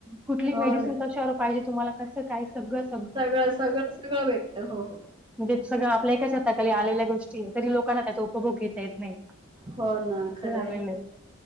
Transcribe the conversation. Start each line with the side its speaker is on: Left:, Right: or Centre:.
Centre: कुठली
Right: हो
Centre: मेडिसिन
Right: ना
Centre: कशावर पाहिजे, तुम्हाला कसं काय सगळंच.
Right: सगळं सगळं सगळं भेटत हो हो.
Centre: म्हणजे सगळं आपल्या एका छताखाली आलेल्या गोष्टी हे, तरी लोकांना त्याचा उपभोग घेता येत नाही.
Right: हो ना
Centre: असं
Right: खरंय
Centre: झालेलं आहे